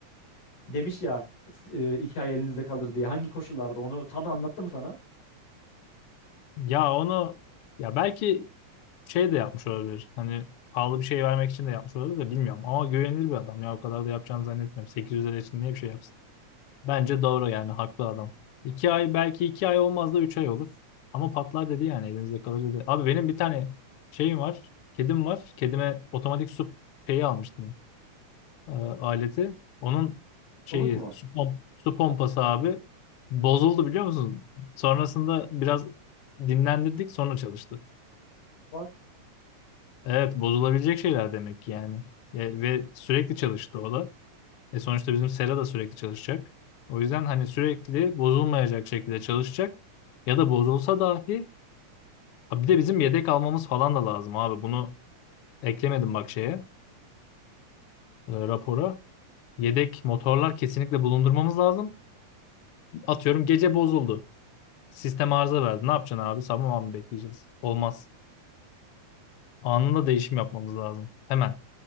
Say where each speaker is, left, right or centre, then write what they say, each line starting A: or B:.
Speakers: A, on the left; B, on the left.
A: demiş ya s- e, iki ay elinizde kalır diye. Hangi koşullarda onu tam anlattı mı sana?
B: Ya onu ya belki şey de yapmış olabilir. Hani pahalı bir şey vermek için de yapmış olabilir de bilmiyorum. Ama güvenilir bir adam ya o kadar da yapacağını zannetmiyorum. 800 lira için niye bir şey yapsın? Bence doğru yani haklı adam. İki ay belki iki ay olmaz da üç ay olur. Ama patlar dedi yani elinizde kalır dedi. Abi benim bir tane şeyim var. Kedim var. Kedime otomatik su şeyi almıştım. e, aleti. Onun şeyi
A: Buluk mu?
B: su, pom- su pompası abi bozuldu biliyor musun? Sonrasında biraz dinlendirdik sonra çalıştı.
A: What?
B: Evet bozulabilecek şeyler demek ki yani. Ya- ve sürekli çalıştı o da. E sonuçta bizim sera da sürekli çalışacak. O yüzden hani sürekli bozulmayacak şekilde çalışacak. Ya da bozulsa dahi Ha bir de bizim yedek almamız falan da lazım abi. Bunu eklemedim bak şeye, e, rapora. Yedek motorlar kesinlikle bulundurmamız lazım. Atıyorum gece bozuldu. Sistem arıza verdi. Ne yapacaksın abi? Sabah mı bekleyeceğiz? Olmaz. Anında değişim yapmamız lazım. Hemen.